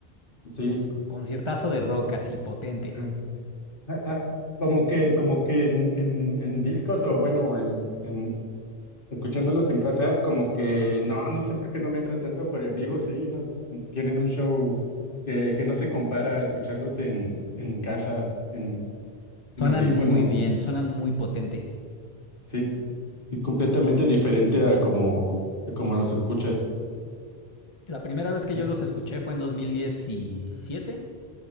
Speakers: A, on the left; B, on the left.
A: Sí.
B: Conciertazo de rock así potente.
A: Ajá. Ah, ah, como que, como que en, en, en discos o bueno, en, en escuchándolos en casa, como que no, no sé por qué no me entra tanto, pero en vivo sí, no, mm, tienen un show que, que no se compara a escucharlos en, en casa, en,
B: Suenan
A: en audífonos.
B: muy bien, suenan muy potente.
A: Sí, Y completamente diferente a como, a como los escuchas.
B: La primera vez
A: Ujú.
B: que yo los escuché fue en 2017